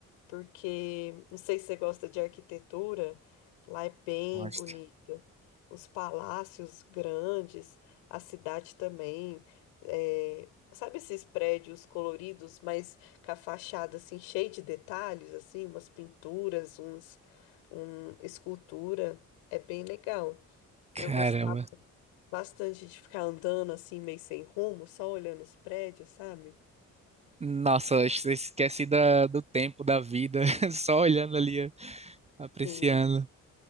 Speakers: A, on the left (about 75°); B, on the right (about 15°).
A: porque não sei se você gosta de arquitetura, lá é bem
B: Gosto.
A: bonito. Os palácios grandes, a cidade também. é, sabe esses prédios coloridos, mas com a fachada assim, cheia de detalhes, assim, umas pinturas, uns, um, escultura. É bem legal.
B: Caramba.
A: Eu gostava bastante de ficar andando assim, meio sem rumo, só olhando os prédios, sabe?
B: Nossa, acho que você esquece da, do tempo, da vida, <laughs> só olhando ali, apreciando.
A: Sim,